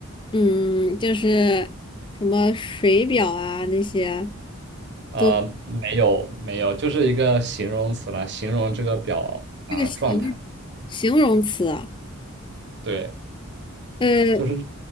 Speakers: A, on the left; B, on the right.
A: 嗯，就是什么水表啊那些，
B: 呃，
A: 都
B: 没有没有，就是一个形容词了，形容这个表啊状态。
A: 这个形形容词啊
B: 对，
A: 呃，
B: 就是